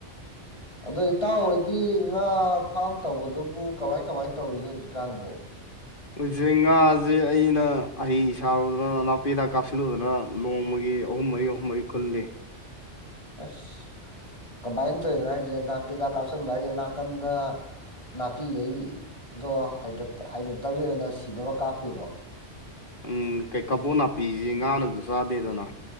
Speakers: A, on the left; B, on the left.
A: ꯑꯗꯣ ꯏꯇꯥꯎꯍꯣꯏꯒꯤ ꯉꯥ ꯐꯥꯝ ꯇꯧꯕꯗꯨꯕꯨ ꯀꯃꯥꯏ ꯀꯃꯥꯏ ꯇꯧꯔꯤꯒꯦ ꯍꯧꯖꯤꯛꯀꯥꯟꯕꯣ
B: ꯍꯧꯁꯦ ꯉꯥꯁꯦ ꯑꯩꯅ ꯍꯍꯩ ꯁꯥꯔꯨꯗꯅ ꯅꯥꯄꯤꯦꯗ ꯀꯥꯞꯁꯤꯜꯂꯨꯗꯅ ꯅꯣꯡꯃꯒꯤ ꯑꯍꯨꯝ ꯃꯔꯤ ꯑꯍꯨꯝ ꯃꯔꯤ ꯈꯨꯂꯦ
A: ꯑꯁ ꯀꯃꯥꯏꯅ ꯇꯧꯔꯤꯅꯣ ꯍꯥꯏꯁꯦ ꯅꯥꯄꯤꯗ ꯀꯥꯞꯁꯤꯟꯕ ꯍꯥꯏꯁꯦ ꯅꯥꯀꯟꯗ ꯅꯥꯄꯤꯈꯩ ꯑꯗꯣ ꯍꯥꯏ ꯍꯥꯏꯗꯠꯇꯕꯒꯤ ꯑꯣꯏꯅ ꯁꯤꯅꯕ ꯀꯥꯞꯄꯨꯔꯣ
B: ꯎꯝ ꯀꯩ ꯀꯕꯣ ꯅꯥꯄꯤꯁꯦ ꯉꯥꯅꯁꯨ ꯆꯥꯗꯦꯗꯅ